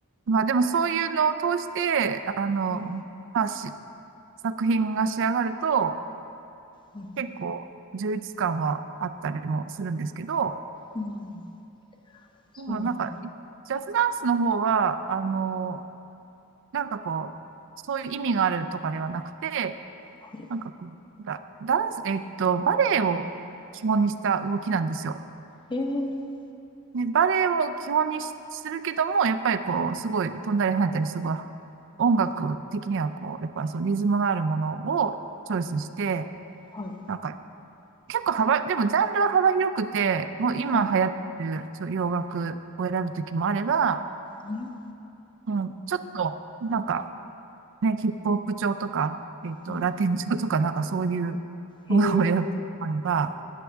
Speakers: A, on the right; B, on the left.
A: まあでもそういうのを通して、あの、
B: うん、
A: まあし、作品が仕上がると、
B: うん。
A: 結構充実感はあったりもするんですけど、
B: ーそう、
A: でもなんか、ジャズダンスの方は、あの、なんかこう、そういう意味があるとかではなくて、
B: はい。
A: なんかこう、だ、ダンス、えっと、バレエを基本にした動きなんですよ。
B: えー
A: ね、バレエを基本にしするけども、やっぱりこう、すごい飛んだり跳ねたり、すごい、音楽的にはこう、やっぱりそのリズムのあるものをチョイスして、
B: はい、
A: なんか、結構幅、でもジャンルは幅広くて、もう今流行ってるちょ洋楽を選ぶときもあれば、
B: はい、うん、
A: うん、ちょっと、なんか、ね、ヒップホップ調とか、えっと、
B: は
A: ラテン調とか、なんかそういうものを選ぶときもあれば、
B: い。へ